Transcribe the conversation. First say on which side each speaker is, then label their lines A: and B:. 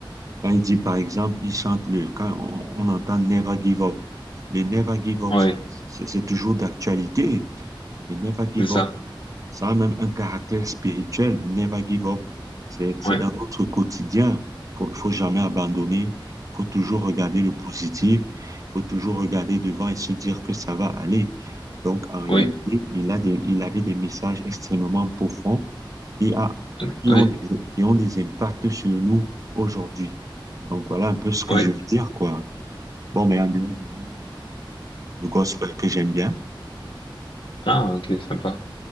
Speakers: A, on the right (about 40°); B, on the left (about 80°).
A: quand il dit, par exemple, il chante le, quand on, on entend Never Give Up. Le Never Give Up,
B: Oui.
A: c'est c'est- c'est toujours d'actualité. Le Never Give
B: C'est ça.
A: Up, ça a même un caractère spirituel, never give up. C'est, c'est
B: Ouais.
A: dans notre quotidien. Faut, faut jamais abandonner. Faut toujours regarder le positif. Faut toujours regarder devant et se dire que ça va aller. Donc, en réalité,
B: Oui.
A: il a des, il avait des messages extrêmement profonds qui a,
B: euh,
A: qui
B: Oui.
A: ont des, qui ont des impacts sur nous aujourd'hui. Donc, voilà un peu ce que
B: Oui.
A: je veux dire, quoi. Bon, mais en dehors de lui, le gospel que j'aime bien.
B: Ah, ok, sympa.